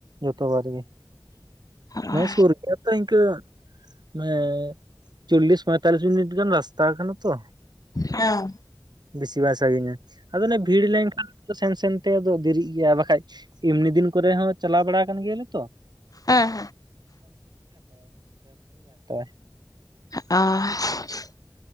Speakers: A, on the right; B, on the left.
A: ᱡᱷᱚᱛᱚ ᱵᱟᱨ ᱜᱮ᱾
B: ᱦᱮᱸ
A: ᱫᱚᱢᱮ ᱥᱩᱨ ᱜᱮᱭᱟ ᱛᱚ ᱤᱱᱠᱟᱹ ᱢᱟᱱᱮ ᱪᱚᱞᱞᱤᱥ ᱯᱚᱸᱭᱛᱟᱞᱞᱤᱥ ᱢᱤᱱᱤᱴ ᱜᱟᱱ ᱨᱟᱥᱛᱟ ᱠᱟᱱᱟ ᱛᱚ᱾
B: <inaudible>
A: ᱵᱮᱥᱤ ᱵᱟᱭ ᱥᱟᱺᱜᱤᱧᱟ ᱟᱫᱚ ᱚᱱᱮ ᱵᱷᱤᱲ ᱞᱮᱱᱠᱷᱟᱱ ᱥᱮᱱ ᱥᱮᱱᱛᱮ ᱟᱫᱚ ᱫᱮᱨᱤᱜ ᱜᱮᱭᱟ ᱵᱟᱠᱷᱟᱡ ᱮᱢᱱᱤ ᱫᱤᱱ ᱠᱚᱨᱮ ᱦᱚᱸ ᱪᱟᱞᱟᱣ ᱵᱟᱲᱟ ᱟᱠᱟᱱ ᱜᱮᱭᱟᱞᱮ ᱛᱚ᱾
B: ᱦᱮᱸ
A: <inaudible>
B: <inaudible>